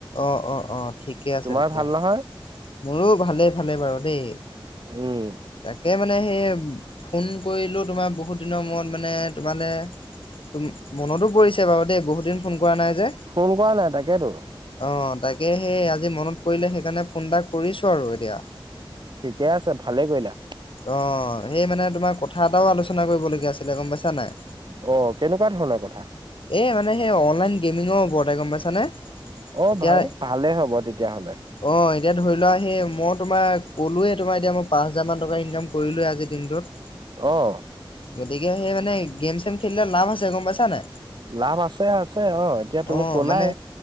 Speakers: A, on the left (about 70°); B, on the right (about 55°).
A: অ' অ' অ' ঠিকে আছে
B: তোমাৰ
A: তেতিয়া
B: ভাল নহয়
A: মোৰো ভালেই ভালেই বাৰু দেই
B: উম
A: তাক তাকে মানে সেই ফোন কৰিলোঁ তোমাৰ বহুত দিনৰ মূৰত মানে তোমালৈ তম মনতো পৰিছে বাৰু দেই বহুত দিন ফোন কৰা নাই যে
B: ফোন কৰা নাই তাকেতো
A: অ' তাকে সেই আজি মনত পৰিলে সেইকাৰণে ফোন এটা কৰিছো আৰু এতিয়া
B: ঠিকে আছে ভালে কৰিলা।
A: অ' সেই মানে তোমাৰ কথা এটাও আলোচনা কৰিবলগীয়া আছিলে গম পাইছা নাই
B: অ' কেনেকুৱা ধৰণৰ কথা
A: এই মানে সেই অনলাইন গেমিঙৰ ওপৰতে গম পাইছানে
B: অ'
A: এতিয়া
B: ভাই ভালেই হ'ব তেতিয়াহ'লে
A: অ এতিয়া ধৰি লোৱা সি মই তোমাৰ ক'লোৱেই তোমাৰ এতিয়া মই পাঁচ হাজাৰ মান টকা ইনকাম কৰিলোৱেই আজিৰ দিনটোত
B: অ'
A: গতিকে সেই মানে গেম চেম খেলিলে লাভ আছে গম পাইছানে
B: লাভ আছে আছে অ এতিয়া তুমি
A: অ
B: কলাই
A: মানে